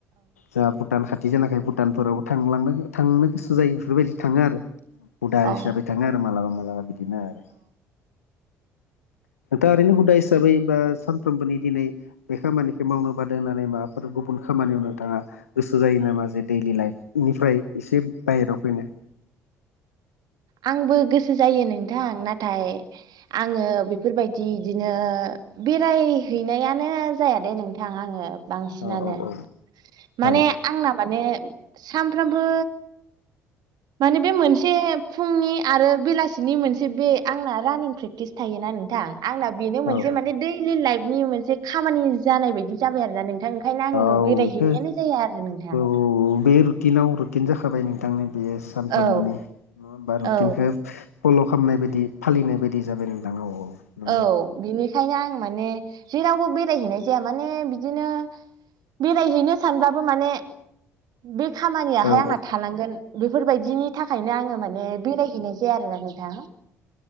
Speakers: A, on the left; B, on the right.
A: जा भुटान खाथि जानाखाय भुटानफोरावबो थांनो थांनो गोसो जायो बेफोरबायदि थांङो आरो हुदा
B: औ
A: हिसाबै थाङो आरो मालाबा मालाबा बिदिनो आरो दा ओरैनो हुदा हिसाबै बा सानफ्रोमबोनि दिनै बे खामानिखौ मावनो बादो होननानै माबाफोर गुबुन खामानियाव नोंथांङा गोसो जायो नामा जे दैलि लाइफनिफ्राय एसे बायहेरायाव फैनो
B: आंबो गोसो जायो नोंथां नाथाय आङो बेफोरबायदि इदिनो बेरायहैनायानो जायादे नोंथां आङो बांसिनानो
A: औ औ
B: माने
A: औ
B: आंना माने सानफ्रामबो माने बे मोनसे फुंनि आरो बेलासिनि मोनसे बे आंना रानिं प्रेक्टिस थायोना नोंथां। आंना बेनो
A: औ
B: मोनसे माने दैलि लाइफनि मोनसे खामानि जानाय बायदि जाबाय आरोना नोंथां। ओंखायनो आंनो
A: औ औ
B: बेरायहैनायानो
A: बेखौ
B: जाया आरो नोंथां।
A: औ बे रुटिनाव रुटिन जाखाबाय नोंथांनि बे सानफ्रोमबोनि
B: औ
A: नङा होनबा
B: औ
A: रुटिंखौ फल' खालामनाय बायदि फालिनाय बायदि जाबाय नोंथां औ औ। नंगौ
B: औ बिनिखायनो आं माने जेरावबो बेरायहैनाय जाया माने बिदिनो बेरायहैनो सानबाबो माने बे खामानियाहाय
A: औ
B: आंना थालांगोन बेफोरबायदिनि थाखायनो आङो माने बेरायहैनाय जाया आरोना नोंथां